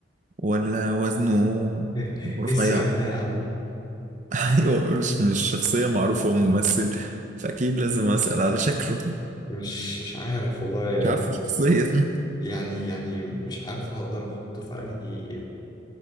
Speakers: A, on the right; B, on the left.
A: ولا وزنه
B: <laughs> ايه
A: رفيع
B: السؤال
A: <laughs>
B: ده يا عم
A: أيوه مش مش شخصية معروفة ممثل فأكيد لازم أسأل على شكله
B: مش مش عارف والله يعني
A: مش عارف الشخصية
B: يعني يعني مش عارف هقدر احطه في انهي